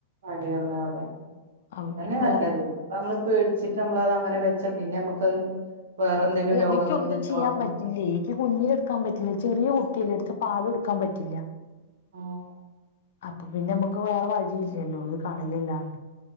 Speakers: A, on the right (about 80°); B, on the left (about 70°).
A: വഴിയല്ലാതെ
B: അപ്പൊ
A: അത് തന്നെയാ
B: പിന്നെ
A: നല്ലത്
B: വേറെ
A: അത് നമ്മള് പേടിച്ചിട്ട് നമ്മളത് അങ്ങനെ വെച്ചാ പിന്നെ നമുക്കത് വേറെ എന്തേലും
B: അത്
A: രോഗങ്ങൾ
B: എഴിക്കൊന്നും
A: വരുവാണ്
B: ചെയ്യാൻ പറ്റില്ലേ, എനിക്ക് കുഞ്ഞിനെയെടുക്കാൻ പറ്റില്ലേ ചെറിയ കു കുട്ടിയെ എടുത്ത് പാല് കൊടുക്കാൻ പറ്റില്ല
A: ആഹ്
B: അപ്പം പിന്നെ നമ്മക്ക് വേറെ വഴിയില്ലല്ലോ ഇത് കളയല്ലാണ്ട്.